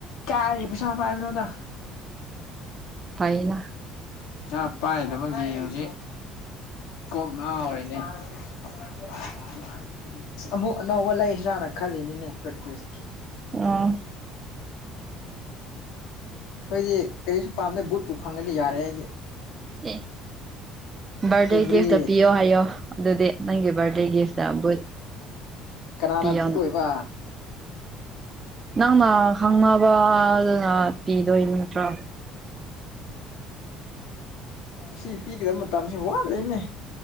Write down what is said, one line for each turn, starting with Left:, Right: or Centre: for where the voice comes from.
Left: ꯀꯥꯏꯗꯩ ꯄꯩꯁꯥ ꯄꯥꯕꯅꯣꯗ
Right: ꯐꯥꯏꯅ
Left: ꯄꯩꯁꯥ ꯄꯥꯏꯗꯕꯒꯤ ꯍꯧꯖꯤꯛ ꯀꯣꯛ ꯉꯥꯎꯔꯤꯅꯦ ꯑꯁ ꯑꯃꯨꯛ ꯑꯅꯧꯕ ꯂꯩꯁ꯭ꯔꯥꯅ ꯈꯜꯂꯤꯅꯤꯅꯦ ꯄ꯭ꯔꯦꯛꯇꯤꯁꯀꯤ
Right: ꯑꯥ
Left: ꯑꯩꯈꯣꯏꯗꯤ ꯀꯔꯤꯁꯨ ꯄꯥꯝꯗ ꯕꯨꯠꯄꯨ ꯐꯪꯉꯗꯤ ꯌꯥꯔꯦ ꯑꯩꯗꯤ
Right: ꯑꯦ ꯕꯥꯔꯗꯦ
Left: ꯑꯦꯕ꯭ꯔꯤ
Right: ꯒꯤꯐꯇ ꯄꯤꯌꯣ ꯍꯥꯏꯌꯣ ꯑꯗꯨꯗꯤ ꯅꯪꯒꯤ ꯕꯔꯗꯦ ꯒꯤꯐꯠꯇ ꯕꯨꯠ
Left: ꯀꯅꯥꯅ
Right: ꯄꯤꯌꯣꯅ
Left: ꯄꯤꯗꯣꯏꯕ
Right: ꯅꯪꯅ ꯈꯪꯅꯕ ꯑꯗꯨꯅ ꯄꯤꯗꯣꯏ ꯅꯠꯇ꯭ꯔꯣ
Left: ꯁꯤ ꯄꯤꯒꯗꯕ ꯃꯇꯝꯁꯤ ꯋꯥꯠꯂꯤꯅꯦ